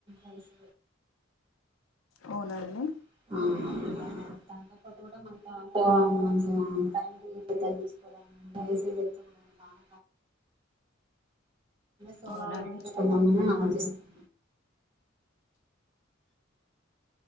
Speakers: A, on the right; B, on the left.
A: నెక్స్ట్
B: అవునా అండి
A: ఆహా వా సోలార్
B: అవునండి
A: పెట్టించుకుందామా అనిపిస్తుంది